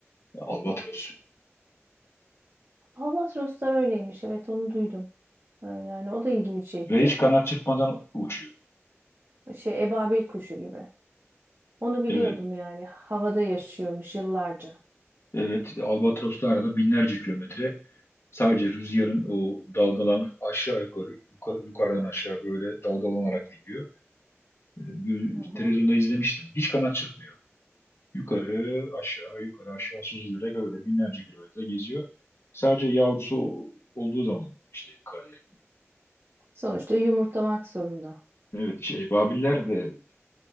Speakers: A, on the left; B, on the right.
A: Albatros.
B: Albatroslar öyleymiş. Evet onu duydum. Ee, Yani o da ilgimi çekti.
A: Ve hiç kanat çırpmadan uçuyor.
B: Şey ebabil kuşu gibi. Onu biliyordum
A: Evet.
B: yani. Havada yaşıyormuş yıllarca.
A: Evet, Albatroslarla binlerce kilometre sadece rüzgarın o dalgalan aşağı yukarı, yuka- yukarıdan aşağı böyle dalgalanarak gidiyor. Ee, gö-
B: Hı hı.
A: Televizyonda izlemiştim. Hiç kanat çırpmıyor. Yukarı aşağı yukarı aşağı süzülerek öyle binlerce kilometre geziyor. Sadece yavrusu olduğu zaman işte karaya.
B: Sonuçta yumurtlamak zorunda.
A: Evet, şey, ebabiller
B: Hı.
A: de